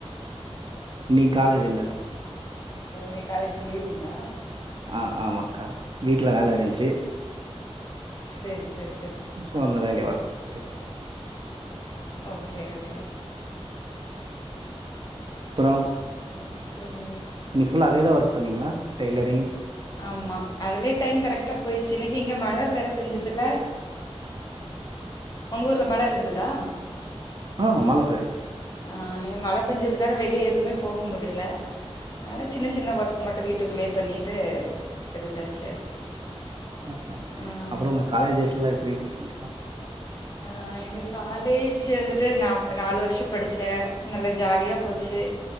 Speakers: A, on the right; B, on the left.
A: இன்னைக்கு காலேஜ் இல்ல
B: ஓ இன்னைக் காலேஜ் லீவுங்ளா
A: ஆஹ் ஆமாங்க்கா வீட்ல வேல இருந்ச்சு
B: செரி செரி செரி
A: சோ அந்த வேலய ஒர்க் பண்ணிட்டு
B: ஓகே ஓகே
A: அப்றோ
B: அப்புறம்
A: இன்னைக்கு ஃபுல்லா அதேதா ஒர்க் பண்ணீங்ளா டெய்லரிங்
B: ஆமா அதுலே டைம் கரெக்டா போய்ருச்சு இன்னக்கி இங்க மழ வேற பெஞ்சதுல உங்க ஊர்ல மழ இருந்ததா
A: ஆஹ் மழ பேன்ச்
B: ஆ இங்க மழ பெஞ்சதுனால வெளிய எதுக்குமே போக முடியல அதனால சின்ன சின்ன ஒர்க் மட்டு வீட்டுக்குள்ளே பண்ணீட்டு இருந்தாச்சு
A: ஆஹா.
B: ம்
A: அப்புறம் உங்க காலேஜ் டேஸ்லாம் எப்படி இருந்துச்சுங்க்கா?
B: ஆ எங்க காலேஜ் வந்துட்டு நாஃப் நாலு வர்ஷ படிச்சே நல்ல ஜாலியாப் போச்சு